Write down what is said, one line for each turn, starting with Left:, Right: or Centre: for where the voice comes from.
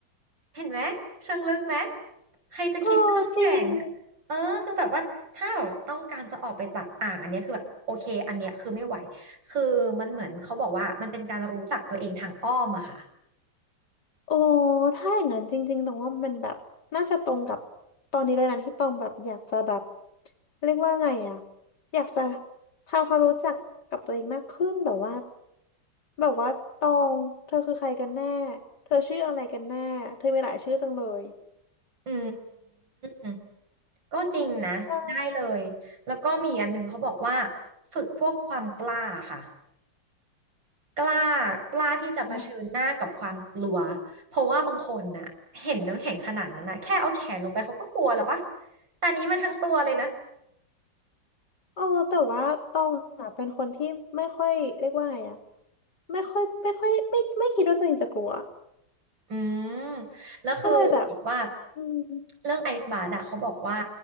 Right: เห็นไหมเชิงลึกไหมใครจะคิดว่าน้ำแข็ง
Left: เออจริง
Right: เออคือแบบว่าถ้าแบบต้องการจะออกไปจากอ่างอันเนี้ยคือแบบโอเคอันเนี้ยคือไม่ไหวคือมันเหมือนเขาบอกว่ามันเป็นการรู้จักตัวเองทางอ้อมอะค่ะ
Left: โอ้ถ้าอย่างนั้นจริงๆตรงว่ามันแบบน่าจะตรงกับตอนนี้เลยนะที่ตองแบบอยากจะแบบเรียกว่าไงอะอยากจะทำความรู้จักกับตัวเองมากขึ้นแบบว่าแบบว่าตองเธอคือใครกันแน่เธอชื่ออะไรกันแน่เธอมีหลายชื่อจังเลย
Right: อืมก็จริงนะได้เลยแล้วก็มีอันหนึ่งเขาบอกว่า
Left: ใช่
Right: ฝึกพวกความกล้าค่ะกล้ากล้าที่จะเผชิญหน้ากับความกลัว
Left: อืม
Right: เพราะว่าบางคนน่ะเห็นน้ำแข็งขนาดนั้นนะแค่เอาแขนลงไปเขาก็กลัวแล้วปะแต่อันนี้มาทั้งตัวเลยนะ
Left: เออแต่ว่าตองอะเป็นคนที่ไม่ค่อยเรียกว่าไงอะไม่ค่อยไม่ค่อยไม่ไม่คิดว่าตัวเองจะกลัว
Right: อืมแล้วคือแบบว่า
Left: ก็เลยแบบอืม
Right: เรื่องไอซ์บาร์อะเขาบอกว่า